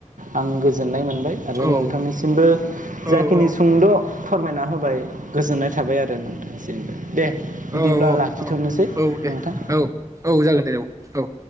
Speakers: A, on the right; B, on the right.
A: आं गोजोननाय मो बाय आरो
B: औ
A: नोंथांनिसिमबो जाखिनि
B: औ औ
A: सुंद' फोरमायना होबाय गोजोननाय थाबाय आरो नोंथांसिमबो दे बिदिब्ला
B: औ औ
A: लाखिथ'नोसै
B: औ औ दे
A: नोंथां
B: औ औ जागोन दे औ औ